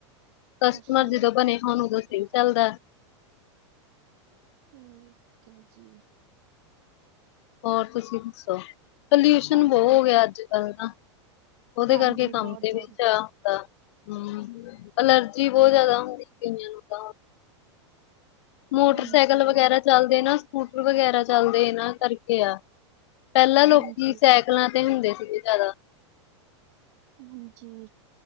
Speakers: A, on the left; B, on the right.
A: ਕਸਟਮਰ
B: ਅੱਛਾ
A: ਜਦੋਂ ਬਣੇ ਹੋਣ ਉਦੋਂ ਸਹੀ ਚੱਲਦਾ।
B: ਹੂੰ ਕ ਜੀ।
A: ਹੋਰ ਤੁਸੀਂ ਦੱਸੋ,
B: ਠੀਕ
A: ਪਲਿਊਸ਼ਨ
B: ਆ
A: ਬਹੁਤ
B: ਜੀ
A: ਹੋ ਗਿਆ ਅੱਜ ਕੱਲ ਨਾ। ਉਹਦੇ
B: ਹਾਂਜੀ
A: ਕਰਕੇ ਕੰਮ
B: ਬਹੁਤ
A: ਦੇ ਵੀ
B: ਜ਼ਿਆਦਾ
A: ਜਾ ਹੁੰਦਾ ਹਮ ਅਲਰਜੀ ਬੌਤ ਜਾਦਾ ਹੁੰਦੀ। ਕਈਆ ਨੂੰ ਤਾਂ ਮੋਟਰਸਾਈਕਲ
B: ਹਾਂਜੀ
A: ਵਗੈਰਾ ਚੱਲਦੇ, ਨਾ ਸਕੂਟਰ ਵਗੈਰਾ ਚੱਲਦੇ ਇਹਨਾਂ ਕਰਕੇ ਆ ਪੈਲਾਂ ਲੋਕੀ
B: ਹਾਂਜੀ
A: ਸੈਕਲਾਂ ਤੇ ਹੁੰਦੇ ਸੀਗੇ ਜ਼ਿਆਦਾ
B: ਹਾਂਜੀ